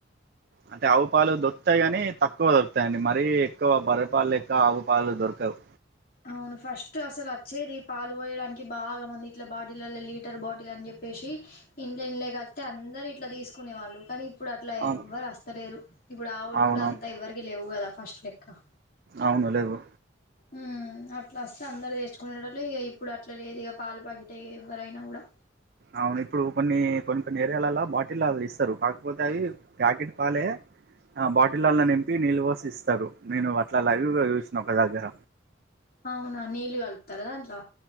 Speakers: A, on the right; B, on the left.
A: అంటే ఆవు పాలు దొరుకుతాయి కానీ తక్కువ దొరుకుతాండి మరీ ఎక్కువ బర్రి పాలు లెక్క ఆవు పాలు దొరకవు
B: అవును ఫస్ట్ అసలు వచ్చేది పాలు పోయడానికి బాగా మంది ఇట్లా బాటిళ్లలో లీటర్ బాటిల్ అని చెప్పేసి ఇంట్ల ఇళ్లకు వస్తే అందరు ఇట్లా తీసుకునే వాళ్ళు పడి ఇప్పుడు అట్లా
A: అవును
B: ఎవ్వరు వస్తలేరు ఇప్పుడు ఆవులు
A: అవునవును
B: కూడా అంత ఎవ్వరికి లేవు కదా ఫస్ట్ లెక్క
A: అవును లేవు
B: మ్మ్ అట్లా వస్తే అందరు తెచ్చుకునేటొళ్ళె ఇక ఇప్పుడు అట్లా లేదు ఇక పాలు ప్యాకెట్ ఎవరైనా కూడా
A: అవును ఇప్పుడు కొన్ని కొన్ని కొన్ని ఏరియాలలో బాటిల్లలో ఇస్తారు కాకపోతే అవి ప్యాకిట్ పాలే ఆ బాటిల్లో నింపి నీళ్ళు పోసి ఇస్తారు నేను అట్లా లైవ్ చూసిన ఒక దగ్గర
B: అవునా నీళ్లు కలుపుతార దాంట్లో